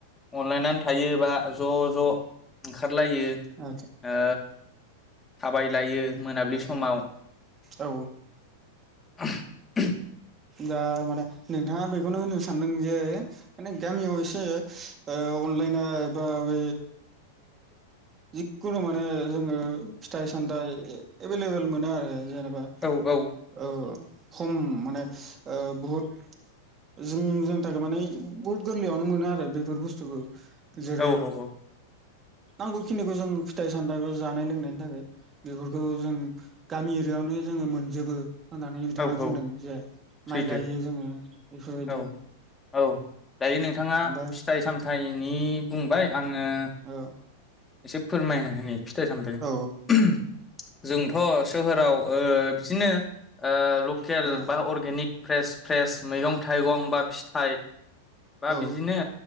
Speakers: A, on the left; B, on the right.
A: अनलायनानै थायो बा ज' ज' ओंखारलायो
B: औ
A: ओ थाबायलायो मोनाबिलि समाव ।
B: औ
A: <unintelligible>
B: दा माने नोंथांङा बेखौनो होननो सानदों जे माने गामियाव एसे ओ अनलाइना एबा ओ जिखुनु माने जोंङो फिथाइ सामथाइ एभेलेबेल मोनो आरो जेने बा
A: औ औ
B: ओ खम माने बहुत जों जोंनि थाखाय माने बहुत गोरलैयावनो मोनो आरो बेफोर बुस्थुखौ । जेरै
A: औ
B: ओ
A: औ
B: नांगौखिनिखौ जों फिथाइ सामथाइ बा जानाय लोंनायनि थाखाय बेफोरखौ जों गामि एरियायावनो जोंङो मोनजोबो होननानै बिथांङा
A: औ
B: बुंदों
A: औ
B: जे माइ
A: सैथो
B: गायो जोंङो । बेफोरबायदि
A: औ औ दायो नोंथांङा
B: ओमफ्राय
A: फिथाइ सामथाइनि बुंबाय आंंङो
B: औ
A: एसे फोरमायना होनो फिथाइ सामथायाइनि
B: औ
A: जोंथ' सोहोराव बिदिनो ओ लकेल
B: औ
A: बा अरगेनिक फ्रेस फ्रेस मैगं थाइगं बा फिथाइ बा
B: औ
A: बिदिनो